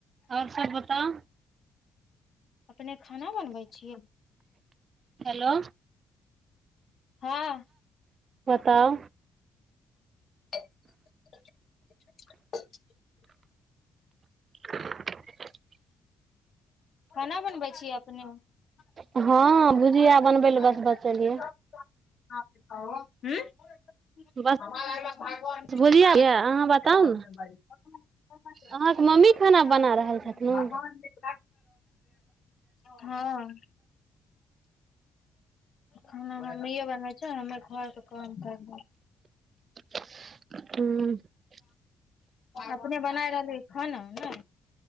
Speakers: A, on the right; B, on the left.
A: और सब बताउ।
B: अपने खाना बनबै छियै।
A: हेलो।
B: हँ।
A: बताउ।
B: <inaudible>
A: <inaudible>
B: खाना बनबै छियै अपने। <unintelligible>
A: हँ भुजिया बनबै लए बस बचल ये बस भुजिया यऽ अहाँ बताउ ने अहाँके मम्मी खाना बना रहल छथिन
B: <unintelligible> <unintelligible> हँ। खाना मम्मीये बनबै छैय हमे घरके काम करलौं।
A: हू।
B: अपने बनाय रहलियए खाना नै।